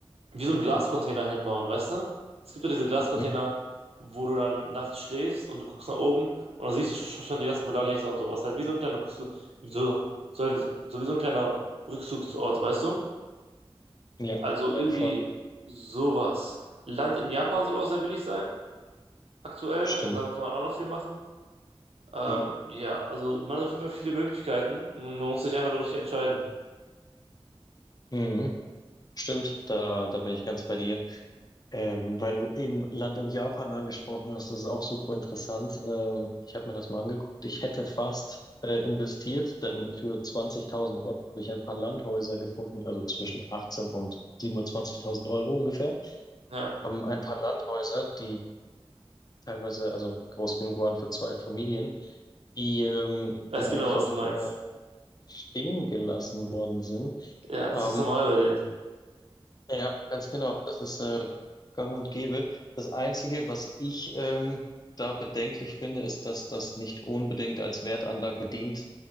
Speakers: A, on the right; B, on the left.
A: wie so einen Glascontainer hinbauen, weißt du? Es gibt ja diese Glascontainer,
B: Mhm.
A: wo du dann nachts schläfst und du guckst nach oben und dann siehst du sch- schon die ganzen Polarlichter und sowas. Halt wie so ein kleiner Rückzug, wie so, so, halt- so wie so ein kleiner Rückzugsort, weißt du?
B: Ja.
A: Also
B: Ja,
A: irgendwie
B: voll.
A: sowas. Land in Japan soll auch sehr billig sein, aktuell,
B: Stimmt.
A: und dann kann man auch noch viel machen. Ähm,
B: Ja.
A: ja, also man hat auf jeden Fall viele Möglichkeiten. Man muss sich einfach nur richtig entscheiden.
B: Mhm. Stimmt. Da, da bin ich ganz bei dir. Ähm, weil du eben Land in Japan angesprochen hast, das ist auch super interessant. Ähm, ich habe mir das mal angeguckt. Ich hätte fast äh, investiert, denn für 20.000 Euro habe ich ein paar Landhäuser gefunden, also zwischen 18 und 27.000 Euro ungefähr.
A: Ja,
B: Ähm, ein paar Landhäuser, die teilweise also groß genug waren für zwei Familien, die, ähm,
A: weiß
B: die einfach
A: genau, was du meinst.
B: äh, stehen gelassen worden sind.
A: Ja, das
B: Ähm,
A: ist normal bei den
B: ja, ganz genau. Das ist äh, gang und gäbe. Das Einzige, was ich ähm, da bedenklich finde, ist, dass das nicht unbedingt als Wertanlage dient,